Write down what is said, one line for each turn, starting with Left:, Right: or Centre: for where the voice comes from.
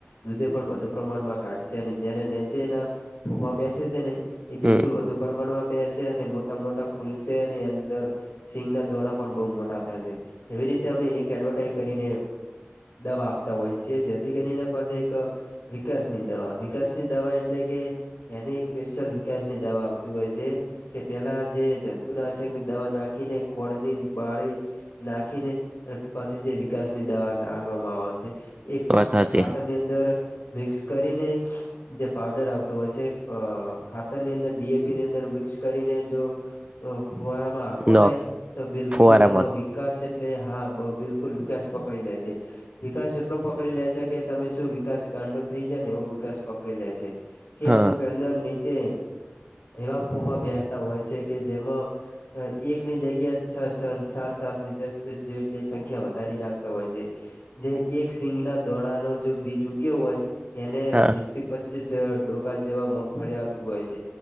Left: દૂધે પણ વધુ પ્રમાણમાં કાઢશે અને જેને નીચેના ફફા બેસે છે ને. એ બિલકુલ
Right: હમ
Left: વધુ પ્રમાણમાં બેસે અને મોટા મોટા ફૂલ છે અને અંદર. સિંગ ના દોરણા પણ બહ મોટા થશે એવી રીતે અમે એક એડવર્ટાઈઝ કરીને. દવા આપતા હોય છે જેથી કરીનેને પાસે એક. વિકાસ ની દવા વિકાસ ની દવા એટલે કે એની એક સ્પેશિલ વિકાસની દવા આવતી હોય છે. કે પેલા જે જંતુ નાશક ની દવા નાખીને ખોળની બાળી નાખીને પછી જે વિકાસ ની દવા ના. આવે છે એ ફક્ત
Right: વાત સાચી
Left: ખાતર ની અંદર મિક્સ કરીન. જે પાવડર આવતો હોય છે ખાતર ની અંદર ડીએપી ની અંદર મિક્સ કરીને જો. ઓ ફવારામાં. આખો
Right: નો
Left: નને તો બિલકુલ
Right: ફુવારામાં
Left: એમાં વિકાસ એટલે હા બિલકુલ વિકાસ પકડી લે છે. વિકાસ એટલો પકડી લે છે કે, તમે શું વિકાસ ગાંડો થઈ જાય ને, એવો વિકાસ પકડી લે છે. કે
Right: હા
Left: અમુક અંદર ની જે એવા ફોફા બેહતા હોય છે કે જેમાં એકની જગ્યા છ છ સાત સાત ની દસ જેટલી સંખ્યા વધારી નાખતા હોય છે. જે એક સિંગ ના દોણા ન જો બીજ ઉ ગયો હોય એને
Right: હા
Left: વીસ થી પચ ડોકા જેવા મગફળી આવતું હોય છે.